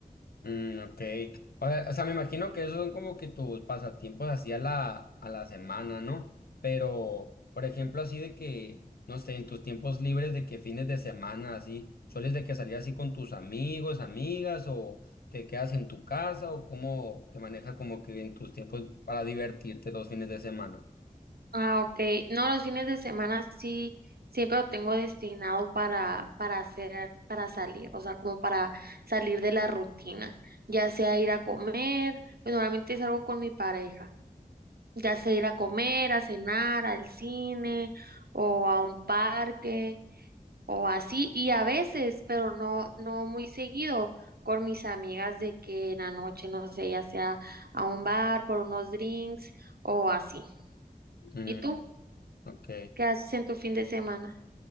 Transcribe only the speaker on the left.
Mm, ok. O sea, o sea, me imagino que esos son como que tus pasatiempos así a la, a la semana, ¿no? Pero, por ejemplo, así de que, no sé, en tus tiempos libres de que fines de semana, así, ¿sueles de que salir así con tus amigos, amigas, o te quedas en tu casa, o cómo te manejas como que en tus tiempos para divertirte los fines de semana?
Mm,
ok.